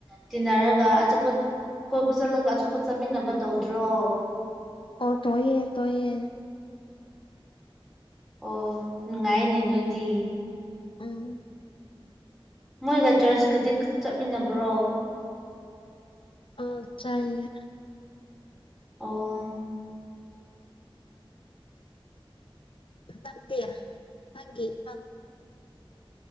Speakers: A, in the centre; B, on the left.
A: ꯇꯤꯟꯅꯔꯒ ꯑꯆꯣꯞꯄ ꯀꯣꯏꯕ ꯆꯠꯂꯒ ꯑꯆꯣꯄ ꯆꯠꯃꯤꯟꯅꯕ ꯇꯧꯗ꯭ꯔꯣ
B: ꯑꯣ ꯇꯣꯏꯌꯦ ꯇꯌꯦ
A: ꯑꯣ ꯅꯨꯡꯉꯥꯏꯅꯦ ꯅꯣꯏꯗꯤ
B: ꯎꯝ
A: ꯃꯣꯏꯒ ꯆꯔꯆꯀꯗꯤ ꯆꯠꯃꯤꯟꯅꯕ꯭ꯔꯣ
B: ꯑ ꯆꯥꯏꯌꯦ
A: ꯑꯣ
B: ꯅꯪꯗꯤ ꯅꯪꯒꯤ ꯅꯪ